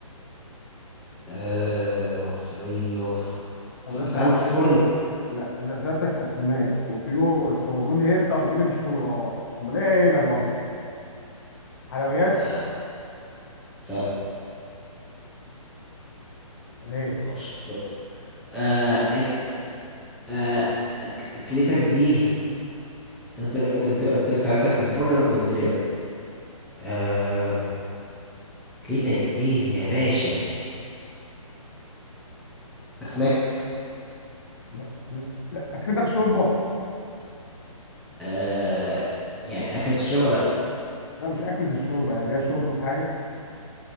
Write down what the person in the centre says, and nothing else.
آه مصرية
في-
بتعمل
في فرن
آه لا
معرفش. لا. آه أك... آه أك... أكلتك دي أنت قلت لي أنت قلت قلت لي سألتك في الفرن وأنت قلت لي لأ. آه ليتك دي يا باشا أسماك
آه يعني أكلة الشوربة لأ